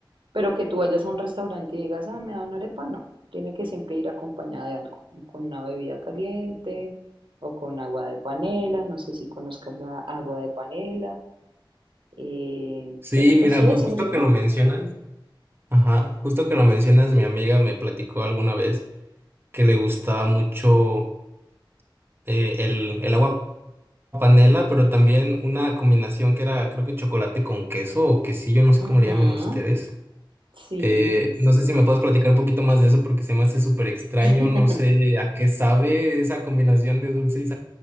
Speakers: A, on the right; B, on the right.
A: Pero que tú vayas a un restaurante y digas, ah, me da una arepa, no. Tiene que siempre ir acompañada de algo, con una bebida caliente o con agua de panela. No sé si conozcas la agua de panela. eh,
B: Sí,
A: pero pues
B: mira,
A: sí,
B: ju-
A: es muy
B: justo
A: rica.
B: que lo mencionan, ajá, justo que lo mencionas, mi amiga me platicó alguna vez que le gustaba mucho eh, el, el agua panela, pero también una combinación que era, creo que chocolate con queso o quesillo, no sé
A: Ujú,
B: cómo le llamen ustedes.
A: Sí,
B: Eh,
A: sí.
B: no sé si me puedes platicar un poquito más de eso porque se me hace súper extraño,
A: <laughs>
B: no sé a qué sabe esa combinación de dulce y